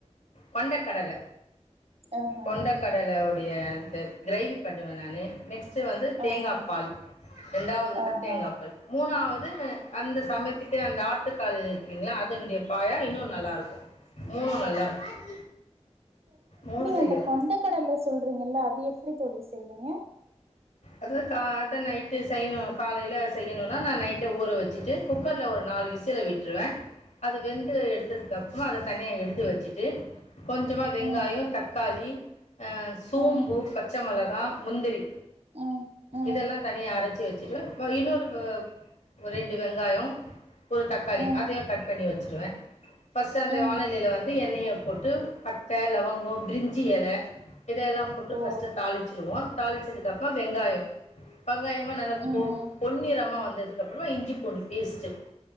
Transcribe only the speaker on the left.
கொண்டக் கடல
கொண்ட கடல உடைய அந்த கிரேவி பண்ணுவேன் நானு நெக்ஸ்ட் நெக்ஸ்ட் வந்து தேங்கா
பால் ரெண்டாவது
தான் தேங்காய் பால் மூணாவது அந்த சம க்கு அந்த ஆட்டுக் கால் இருக்குங்ளயா அதனுடைய பாயா இன்னும் நல்லாருக்கும் மூணும் நல்லாருக்கும் மூணும் செய்யலாம்
அது தா நைட்டு செய்யணும் காலேல செய்யணுனா நா நைட்டே ஊற வச்சு ட்டு குக்கர்ல ஒரு நாலு விசில் சில விட்ருவே அது வெந்து எடுத்ததுக்கு அப்ற அத தனியா எடுத்து வச்சுட்டு கொஞ்சமா வெங்காயோ
தக்காளி ஆ சூம்பு
பச்ச மெளகா முந்திரி
இதெல்லா தனியா அரைச் சு வச்சிட்டு ப இன்னொரு ஆ ஒரு ரெண்டு வெங்காயோ ஒரு தக்காளி
அதையு கட் பண்ணி வச்சிருவே ஃபஸ்ட் அந்த
வாணலில வந்து எண்ணெய போட்டு பட்ட லவங்க பிரிஞ்சி இல இதையெல்லா போட்டு
ஃபஸ்ட்டு தாளிச்சுடுவோ தாளிச்சதுக்க அப்றோ வெங்காயோ வெங்காயமு நல்லா
பொ பொன்னிறமாக வந்ததுக்கப்றமா இஞ்சி பூண்டு பேஸ்ட்டு